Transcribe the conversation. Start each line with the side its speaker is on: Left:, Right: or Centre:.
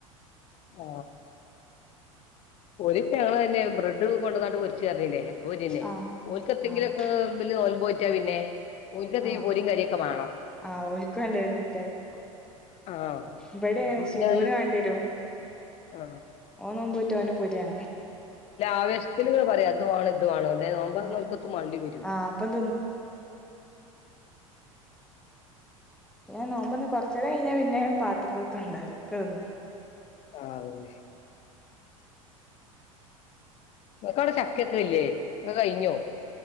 Left: ആ പൊരി ഞങ്ങൾ തന്നെ ബ്രെഡ് കൊണ്ടന്നാണ്ട് പൊരിച്ച് പറഞ്ഞില്ലേ ഓന്നെന്നെ
Centre: ആഹ്
Left: ഓക്കത്തെങ്കിലും
Centre: ആഹ്
Left: ഒക്കെ വല് നോമ്പ് നോറ്റാ പിന്നെ ഓൽക്ക് എന്തെങ്കിലും
Centre: ആ
Left: പൊരിയും കറിയൊക്കെ വേണം
Centre: ആ ഓക്ക് വേണ്ടി വരും കുട്ടിയാക്കെ
Left: ആ
Centre: ഇവിടെ എങ്ങനെ
Left: അപ്പൊ പിന്നെ
Centre: ശീതൂനും വേണ്ടി വരു
Left: ആ
Centre: ഓന് നോമ്പ് നോറ്റ ഓൻ പുര
Left: ആവേശത്തിൽ നിങ്ങൾ പറയും അതുമാണ് ഇത് വേണോ ദേ നോമ്പാക്കൊത്തും
Centre: ആഹ്
Left: മണ്ടി വരൂല്ല
Centre: ആഹ് അപ്പം ഞാൻ നോമ്പറ്ന്ന് കൊറ്ചെരം കഴിഞ്ഞാ പിന്നെ പാത്രത്ത്തെ ണ്ടാവുല്ല ക്കെ ർന്നു
Left: ആ അതന്നെ ഇങ്ങേക്ക് അവ്ടെ ചക്കക്കില്ലേ അഹ് കഴിഞ്ഞോ